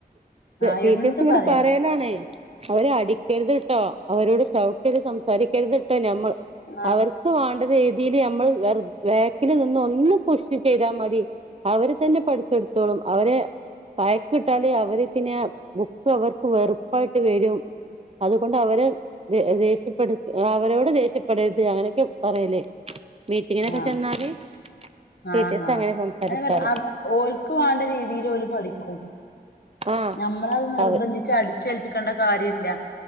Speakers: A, on the left (about 75°); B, on the right (about 40°).
A: ആ
B: ടീച്ചേഴ്സും
A: എന്ത്
B: കൂടെ
A: പറയാ
B: പറയലാണേ അവരെ അടിക്കരുത് കേട്ടോ അവരോട് ശൗ <unintelligible> സംസാരിക്കരുത് ട്ടോ നമ്മള്
A: ആ
B: അവർക് ക്ക് വേണ്ട രീതിയില് നമ്മള് വെർ ബേക്കില് നിന്ന് ഒന്ന് പുഷ് ചെയ്താൽ മതി അവര് തന്നെ പഠിച്ചെടുത്തോളും അവരെ <unintelligible> കിട്ടാലേ അവര് പിന്നെ ബുക്ക് അവർക്ക് വെറുപ്പായിട്ട് വരും അതുകൊണ്ട് അവരെ ദേഷ്യപ്പെടുത് അവരോട് ദേഷ്യപ്പെടരുത് അങ്ങനെയൊക്കെ പറയല് മീറ്റിങ്ങിനൊക്കെ
A: ആ
B: ചെന്നാല് ടീച്ചേഴ്സ്
A: ആ ആ
B: അങ്ങനെ സംസാരിക്കാറ്
A: അങ്ങനെ പറ അവ ഓൽക്ക് വേണ്ട രീതില് ഓല് പഠിക്കും
B: ആഹ്
A: നമ്മളത് നിർബന്ധിച്ച്
B: അവ
A: അടി ചെൽപ്പിക്കേണ്ട കാര്യമില്ല